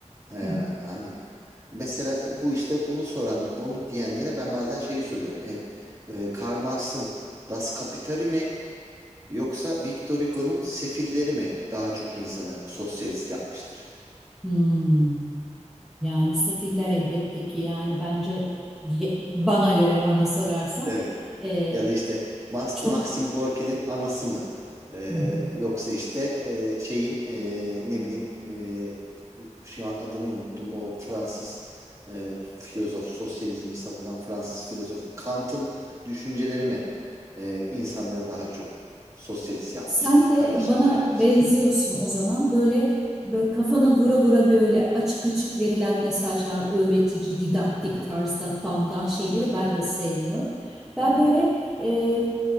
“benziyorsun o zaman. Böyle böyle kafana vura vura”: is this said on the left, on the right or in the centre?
Centre